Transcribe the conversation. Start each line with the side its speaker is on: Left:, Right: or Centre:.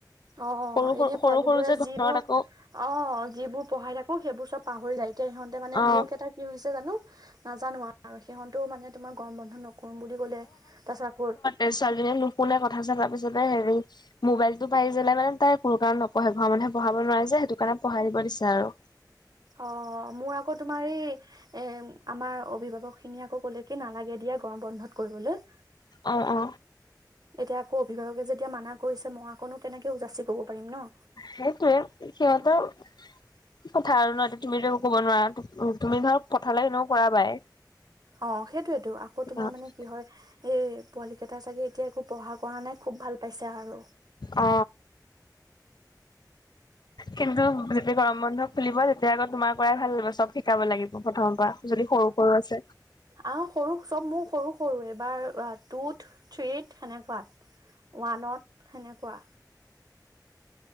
Right: অ
Left: সৰু সৰু
Right: এনে
Left: সৰু
Right: পোৱালী
Left: সৰু
Right: বোৰে
Left: যে ঘৰত
Right: যিবোৰ
Left: আকৌ
Right: অ যিবোৰ পঢ়াই থাকো সেইবোৰ চব পাহৰি যায় এতিয়া সিহঁতে মানে
Left: অ'
Right: মোৰ কেইটা কি হৈছে জানো নাজানো আৰু সিহঁতো মানে তোমাৰ গৰম বন্ধ নক কম বুলি ক'লে তাৰছত কত
Left: এ ছোৱালীজনী নুশুনে কথা চথা তাৰপিছতে হেৰি মোবাইলটো পাই যালে মানে তাই কোনো কাৰণে নপঢ়ে ঘৰৰ মানুহে পঢ়াব নোৱাৰে যে সেইটো কাৰণে পঢ়াই দিব দিছে আৰু
Right: অ মোৰ আকৌ তোমাৰ এই এ আমাৰ অভিভাৱক খিনিয়ে আকৌ ক'লে কি নালাগে দিয়া গৰম বন্ধত কৰিবলৈ
Left: অ অ
Right: এতিয়া আকৌ অভিভাৱকে যেতিয়া মানা কৰিছে মই আকনো কেনেকে ও যাচি কব পাৰিম ন
Left: সেইটোয়ে সিহঁতৰ কথা আৰু ন তুমিতো একো ক'ব নোৱাৰা উ তুমি ধৰক পঠালে এনেও কৰাবাই
Right: অ সেইটোৱে টো আকৌ তোমাৰ
Left: অ।
Right: মানে কি হয় এই পোৱালি কেইটা চাগে এতিয়া একো পঢ়া কৰা নাই খুব ভাল পাইছে আৰু
Left: অ কিন্তু যেতিয়া গৰম বন্ধ খুলিব তেতিয়া আকৌ তোমাৰ কৰাই ভাল লাগিব চব শিকাব লাগিব প্ৰথমৰ পৰা যদি সৰু সৰু আছে
Right: আহ সৰু চব মোৰ সৰু সৰু এবাৰ টুত থ্ৰীত সেনেকুৱাত ওৱানত সেনেকুৱা